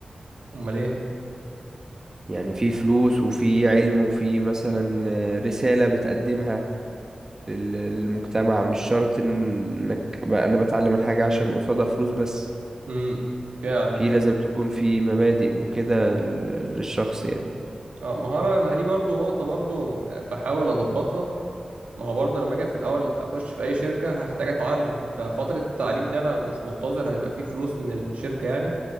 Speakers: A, on the right; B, on the right.
A: امال ايه
B: يعني في فلوس وفي علم وفي مثلا آه، رسالة بتقدمها لل- للمجتمع مش شرط إن- انك بقى انا بتعلم الحاجة عشان قصادها فلوس بس
A: امم فيها عندي
B: في
A: حاجه
B: لازم تكون في مبادئ وكده لل- للشخص يعني
A: اه مهاره ما هي دي برضو نقطه برضو آه، بحاول اظبطها ما هو برضو لما اجي في الاول اخش في اي شركه هحتاج اتعلم ففتره التعليم دي انا مش منتظر هيبقى فيه فلوس من الشركه يعني